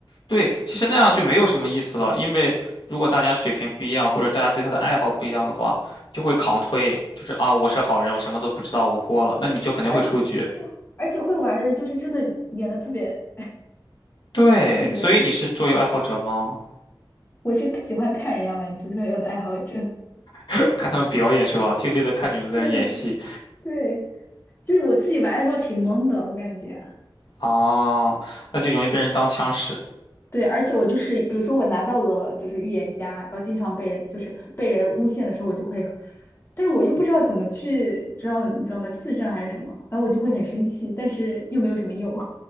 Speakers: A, on the left; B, on the left.
A: 对，其实那样就没有什么意思了，因为如果大家水平不一样，或者大家对他的爱好不一样的话，就会扛推，就是啊，我是好人，我什么都不知道，我过了，那你就肯定会出局。
B: 而且对啊，而且会玩的人就是真的演的特别
A: 对，
B: 特别，
A: 所以你是桌游爱好者吗？
B: 我是喜欢看人家玩足球有的爱好者，
A: <laughs> 看他们表演是吧？静静的看你们在这儿演戏。
B: <laughs> 对对，就是我自己玩的时候挺懵的，我感觉。
A: 哦，那就容易被人当枪使。
B: 对，而且我就是，比如说我拿到了就是预言家，然后经常被人就是被人诬陷的时候，我就会，但是我又不知道怎么去，知道你知道吗？自证还是什么，反正我就会很生气，但是又没有什么用。